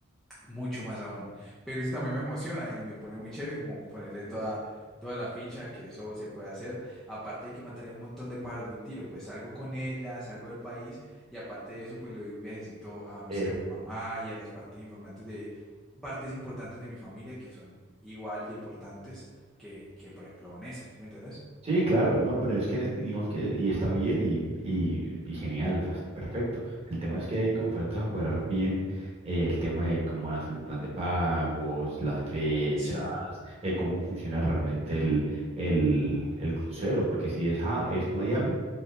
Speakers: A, in the centre; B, on the right.
A: mucho más aún. Pero eso también me emociona y me pone muy chévere como ponerle toda, toda la ficha que eso se puede hacer. Aparte de que mataría un montón de pájaros de un tiro, pues salgo con ella, salgo del país y aparte de eso, pues le doy un viajecito a, no
B: Eh,
A: sé, a mi mamá y a las partes informantes de, partes importantes de mi familia que son igual de importantes que, que por ejemplo, Vanessa, ¿sí me entendés?
B: Sí, claro, no, pero es que digamos que y está bien y, y, y genial, o sea, perfecto. El tema es que hay como enfrentas a cuadrar bien eh, el tema de cómo hacer el plan de pagos, las fechas,
A: Sí,
B: eh, cómo funciona realmente el, el, el crucero, porque si es, ah, es Miami,